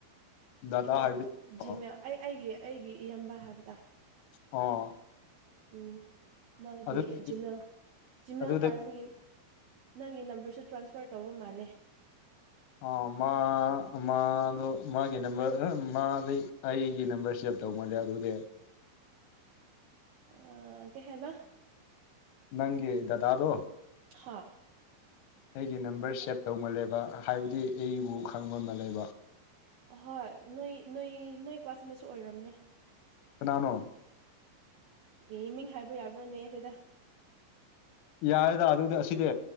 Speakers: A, on the left (about 90°); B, on the right (about 80°).
A: ꯗꯥꯗꯥ
B: ꯏꯃꯦꯜ
A: ꯍꯥꯏꯕꯗꯤ
B: ꯖꯤꯃꯦꯜ
A: ꯑꯣ
B: ꯑꯩ ꯑꯩꯒꯤ ꯑꯩꯒꯤ ꯏꯌꯥꯝꯕ ꯍꯥꯏꯕ ꯇꯥꯔꯦ
A: ꯑꯣ
B: ꯎꯝ ꯃꯥꯒꯤ
A: ꯑꯗꯨꯗꯒꯤ
B: ꯖꯤꯃꯦꯜ ꯖꯤꯃꯦꯜ
A: ꯑꯗꯨꯗꯒꯤ
B: ꯄꯥꯏꯕꯒꯤ ꯅꯪꯒꯤ ꯅꯝꯕꯔꯁꯨ ꯇ꯭ꯔꯥꯟꯁꯐꯔ ꯇꯧꯕ ꯃꯥꯜꯂꯦ
A: ꯑꯣ ꯃꯥ ꯃꯥꯗꯣ ꯃꯥꯒꯤ ꯅꯝꯕꯔ ꯃꯥꯗꯤ ꯑꯩꯒꯤ ꯅꯝꯕꯔ ꯁꯦꯞ ꯇꯧꯃꯥꯜꯂꯦ ꯑꯗꯨꯗꯤ
B: ꯑ ꯀꯩꯍꯥꯏꯕ
A: ꯅꯪꯒꯤ ꯗꯗꯥꯗꯣ
B: ꯍꯥ
A: ꯑꯩꯒꯤ ꯅꯝꯕꯔ ꯁꯦꯞ ꯇꯧ ꯃꯜꯂꯦꯕ ꯍꯥꯏꯕꯗꯤ ꯑꯩꯕꯨ ꯈꯪꯕ ꯃꯜꯂꯦꯕ
B: ꯑ ꯍꯣꯏ ꯅꯣꯏ ꯅꯣꯏ ꯅꯣꯏ ꯀ꯭ꯂꯥꯁꯃꯦꯠꯁꯨ ꯑꯣꯏꯔꯝꯅꯤ
A: ꯀꯅꯥꯅꯣ
B: ꯃꯤ ꯃꯤꯡ ꯍꯥꯏꯕ ꯌꯥꯕ꯭ꯔꯣꯅꯦ ꯁꯤꯗ
A: ꯌꯥꯌꯦꯗ ꯑꯗꯨꯗꯤ ꯑꯁꯤꯗꯤ